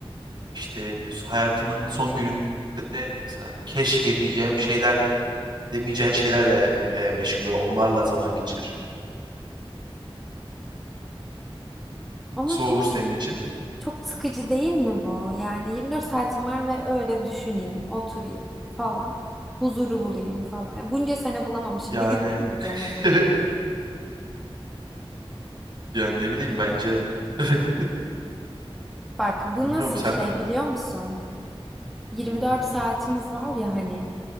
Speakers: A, on the right; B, in the centre.
A: İşte hayatının son gününde mesela keşke diyeceğim şeyler demeyeceğin şeylerle e, meşgul ol. Onlarla zaman geçir.
B: Ama
A: Su
B: çok
A: olur
B: s-
A: senin için.
B: çok sıkıcı değil mi bu? Yani 24 saatim var ve öyle düşüneyim, oturayım falan. Huzuru bulayım falan. Yani bunca sene bulamamışım.
A: Yani
B: Bir günde mi bulacağım
A: <laughs>
B: huzuru?
A: yani ne bileyim bence <laughs>
B: Bak bu
A: bilmiyorum
B: nasıl
A: sen
B: bir şey biliyor musun? 24
A: hı hı.
B: saatimiz var ya hani